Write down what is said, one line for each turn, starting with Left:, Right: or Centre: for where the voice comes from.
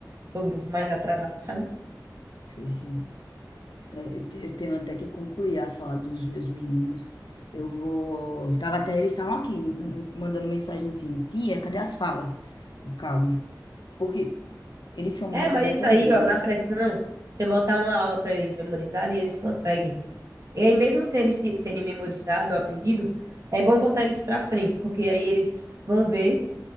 Right: Foi o grupo mais atrasado, sabe?
Left: Sei, sim. É, eu, te- eu tenho até que concluir a fala dos meus meninos. Eu vou. Tava até, eles estavam aqui hum, hum, mandando mensagem no time. Tia, cadê as falas? Eu, Calma. Porque Eles são
Right: É,
Left: muito
Right: mas
Left: dependentes.
Right: isso aí, ó, na pressão, você botar uma aula para eles memorizarem, eles conseguem. E aí, mesmo sem eles te- terem memorizado, aprendido, é bom botar eles para frente, porque aí eles vão ver